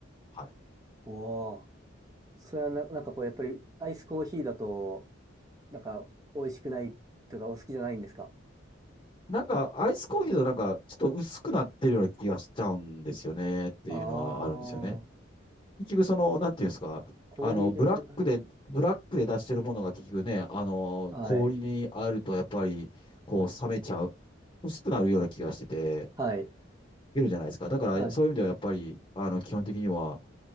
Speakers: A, on the left (about 25°); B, on the right (about 20°).
A: はい。
B: おー。それはな、なんかこう、やっぱりアイスコーヒーだと、なんか美味しくないというか、お好きじゃないんですか
A: なんか、アイスコーヒーとなんか、ちょっと薄くなってるような気がしちゃうんですよね、っていうのはあるんですよね。
B: あー、
A: 結局、その、なんていうんですか、
B: 氷入れてるか
A: あの、ブラックで、ブラックで出してるものが結局ね、あの、
B: はい。
A: 氷にあるとやっぱり、こう、冷めちゃう、薄くなるような気がしてて、
B: はい。
A: いけるじゃないですか。だから、
B: はい。
A: そういう意味ではやっぱり、あの、基本的には、